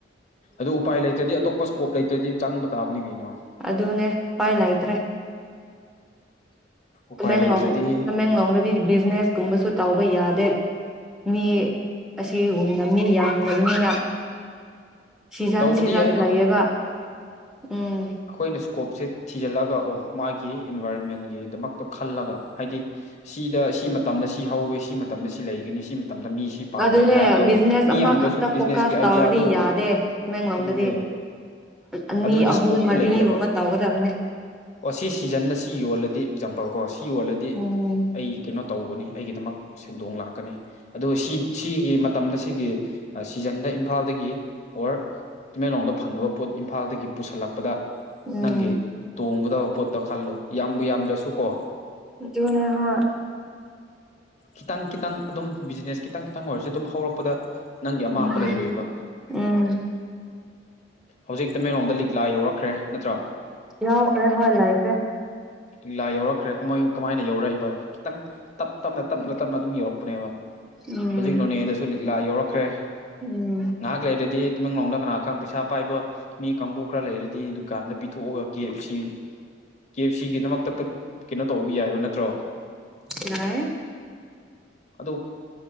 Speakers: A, on the left; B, in the centre.
A: ꯑꯗꯨ ꯎꯄꯥꯏ ꯂꯩꯇꯗꯤ ꯑꯇꯣꯞꯄ ꯏꯁꯀꯣꯞ ꯂꯩꯇ꯭ꯔꯗꯤ ꯆꯪꯕ ꯇꯥꯕꯅꯤ ꯒꯩꯅꯣ
B: ꯑꯗꯨꯅꯦ ꯄꯥꯏ ꯂꯩꯇ꯭ꯔꯦ
A: ꯎꯄꯥꯏ
B: ꯃꯦꯡꯂꯣꯡ
A: ꯂꯩꯇ꯭ꯔꯗꯤ
B: ꯇꯃꯦꯡꯂꯣꯡꯗꯗꯤ ꯕꯤꯖꯤꯅꯦꯁ ꯀꯨꯝꯕꯁꯨ ꯇꯧꯕ ꯌꯥꯗꯦ ꯃꯤ ꯑꯁꯤꯒꯨꯝꯅ ꯃꯤ ꯌꯥꯝꯗꯕꯅꯤꯅ ꯁꯤꯖꯟ
A: ꯇꯧꯕꯗꯤ
B: ꯁꯤꯖꯟ
A: ꯌꯥꯏ
B: ꯂꯩꯌꯦꯕ ꯎꯝ
A: ꯑꯈꯣꯏꯅ ꯏꯁꯀꯣꯞꯁꯤ ꯊꯤꯖꯤꯜꯂꯒ ꯑꯣ ꯃꯥꯒꯤ ꯏꯟꯚꯥꯏꯔꯣꯃꯦꯟꯒꯤꯗꯃꯛꯇꯣ ꯈꯜꯂꯒ ꯍꯥꯏꯗꯤ ꯁꯤꯗ ꯁꯤ ꯃꯇꯝꯗ ꯁꯤ ꯍꯧꯋꯦ ꯁꯤ ꯃꯇꯝꯗ ꯁꯤ ꯂꯩꯒꯅꯤ ꯁꯤ ꯃꯇꯝꯗ ꯃꯤ ꯁꯤ ꯄꯥꯝꯃꯦ
B: ꯑꯗꯨꯅꯦ
A: ꯍꯥꯏꯕꯗꯣ
B: ꯕꯤꯖꯤꯅꯦꯁ
A: ꯃꯤ
B: ꯑꯃꯥꯈꯛꯇ
A: ꯌꯥꯝꯗ꯭ꯔꯁꯨ ꯕꯤꯖꯤꯅꯦꯁꯀꯤ
B: ꯐꯣꯀꯁ
A: ꯑꯥꯏꯗꯤꯌꯥꯗꯣ
B: ꯇꯧꯔꯗꯤ ꯌꯥꯗꯦ ꯇꯃꯦꯡꯂꯣꯡꯗꯗꯤ
A: ꯑꯗꯨꯅꯦ
B: ꯑꯅꯤ
A: ꯑꯗꯨꯒꯤ
B: ꯑꯍꯨꯝ
A: ꯏꯁꯀꯣꯞꯇꯨ
B: ꯃꯔꯤꯒꯨꯝꯕ
A: ꯂꯩꯒꯗꯕ
B: ꯇꯧꯒꯗꯝꯅꯦ
A: ꯑꯣ ꯁꯤ ꯁꯤꯖꯟꯅꯗꯥ ꯁꯤ ꯌꯣꯜꯂꯗꯤ ꯑꯦꯛꯖꯥꯝꯄꯜ ꯀꯣ ꯁꯤ ꯌꯣꯜꯂꯗꯤ
B: ꯎꯝ
A: ꯑꯩ ꯀꯩꯅꯣ ꯇꯧꯕꯅꯤ ꯑꯩꯒꯤꯗꯃꯛ ꯁꯦꯟꯗꯣꯡ ꯂꯥꯛꯀꯅꯤ ꯑꯗꯨꯒ ꯁꯤ ꯁꯤꯒꯤ ꯃꯇꯝꯗ ꯁꯤꯒꯤ ꯑꯥ ꯁꯤꯖꯟꯗ ꯏꯝꯐꯥꯜꯗꯒꯤ ꯑꯣꯔ ꯇꯨꯃꯦꯂꯣꯡꯗ ꯐꯪꯅꯕ ꯄꯣꯠ ꯏꯝꯐꯥꯜꯗꯒꯤ ꯄꯨꯁꯜꯂꯛꯄꯗ
B: ꯎꯝ
A: ꯅꯪꯒꯤ ꯇꯣꯡꯒꯗꯕ ꯄꯣꯠꯇ ꯈꯜꯂꯣ ꯌꯥꯝꯕꯨ ꯌꯥꯝꯗ꯭ꯔꯁꯨ ꯀꯣ
B: ꯑꯗꯨꯅꯦ ꯍꯣꯏ
A: ꯈꯤꯇꯪ ꯈꯤꯇꯪ ꯑꯗꯨꯝ ꯕꯤꯖꯤꯅꯦꯁ ꯈꯤꯇꯪ ꯈꯤꯇꯪ ꯑꯣꯏꯔꯁꯨ ꯑꯗꯨꯝ ꯍꯧꯔꯛꯄꯗ ꯅꯪꯒꯤ ꯑꯃꯥꯡꯕ
B: ꯎꯝ
A: ꯂꯩꯔꯣꯏꯌ‌‌ꯦꯕ
B: ꯎꯝ
A: ꯍꯧꯖꯤꯛ ꯇꯃꯦꯂꯣꯡꯗ ꯂꯤꯛꯂꯥ ꯌꯧꯔꯛꯈ꯭ꯔꯦ ꯅꯠꯇ꯭ꯔꯣ
B: ꯌꯥꯎꯈ꯭ꯔꯦ ꯍꯣꯏ ꯂꯩꯈ꯭ꯔꯦ
A: ꯂꯤ ꯂꯥ ꯌꯧꯔꯛꯈ꯭ꯔꯦ ꯀꯃꯥꯏ ꯀꯃꯥꯏꯅ ꯌꯧꯔꯛꯏꯕ ꯈꯤꯇꯪ ꯇꯞ ꯇꯞꯅ ꯇꯞꯅ ꯇꯞꯅ ꯑꯗꯨꯝ ꯌꯧꯔꯛꯄꯅꯦꯕ
B: ꯎꯝ
A: ꯍꯨꯖꯤꯛ ꯅꯣꯅꯦꯗꯁꯨ ꯂꯤꯛꯂꯥ ꯌꯧꯔꯛꯈ꯭ꯔꯦ
B: ꯎꯝ
A: ꯉꯍꯥꯛ ꯂꯩꯔꯗꯤ ꯇꯃ‌ꯦꯡꯂ‌ꯣꯡꯗ ꯀꯅꯥ ꯈꯪ ꯄꯩꯁꯥ ꯄꯥꯏꯕ ꯃꯤ ꯀꯥꯡꯕꯨ ꯈꯔ ꯂꯩꯔꯗꯤ ꯗꯨꯀꯥꯟꯗ ꯄꯤꯊꯣꯛ ꯑꯒ ꯀꯦ ꯑ‌ꯦꯞ ꯁꯤ ꯀꯦ ꯑꯦꯞ ꯁꯤꯒꯤ ꯗꯃꯛꯇ ꯄꯤꯛ ꯀꯩꯅꯣ ꯇꯧꯕ ꯌꯥꯏꯕ ꯅꯠꯇ꯭ꯔꯣ
B: ꯌꯥꯏ
A: ꯑꯗꯨ